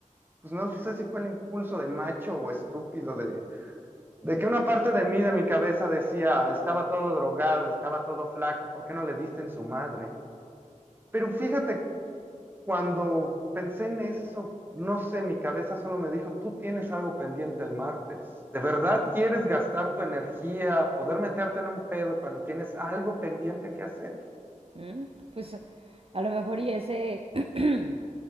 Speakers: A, on the right; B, on the right.
A: pues no sé si fue el impulso de macho o estúpido de, de que una parte de mí, de mi cabeza decía, estaba todo drogado, estaba todo flaco, ¿por qué no le diste en su madre? Pero fíjate Cuando pensé en eso, no sé, mi cabeza solo me dijo, tú tienes algo pendiente el martes. ¿De verdad quieres gastar tu energía, poder meterte en un pedo cuando tienes algo pendiente que hacer?
B: Mm, Pues a lo mejor y ese... <clears throat>